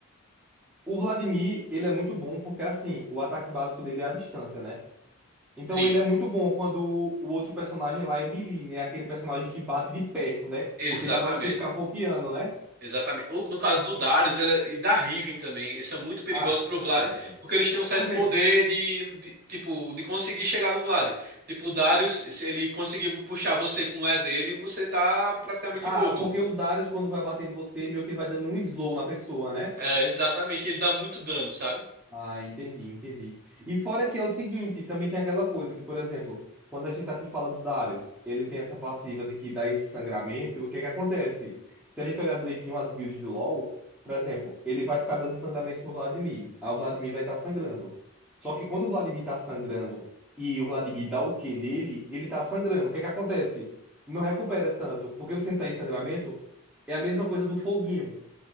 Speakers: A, in the centre; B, on the right.
A: O Vladimir, ele é muito bom porque, assim, o ataque básico dele é a distância, né? Então
B: Sim,
A: ele é muito bom quando o outro personagem lá é melee, né? Aquele personagem que bate de perto, né?
B: exatamente.
A: Porque dá pra você ficar pokeando, né?
B: Exatamente. O- No caso do Darius ele é- e da Riven também, eles são muito perigosos
A: Ah,
B: pro Vlad,
A: certo.
B: porque eles têm um certo
A: Por quê?
B: poder de, de- tipo, de conseguir chegar no Vlad. Tipo, o Darius, se ele conseguir puxar você com o E dele, você tá praticamente
A: Ah,
B: morto.
A: porque o Darius, quando vai batendo em você, meio que ele vai dando um slow na pessoa, né?
B: É, exatamente, ele dá muito dano, sabe?
A: Ah, entendi, entendi. E fora que é o seguinte, também tem aquela coisa que, por exemplo, quando a gente tá aqui fala do Darius, ele tem essa passiva de que dá esse sangramento, o que é que acontece? Se a gente olhar direitinho as builds do LoL, por exemplo, ele vai ficar dando sangramento no Vladimir, aí o Vladimir vai estar sangrando. Só que quando o Vladimir tá sangrando e o Vladimir dá o Q nele, ele tá sangrando, o que é que acontece? Não recupera tanto, porque você não tá em sangramento, é a mesma coisa do foguinho.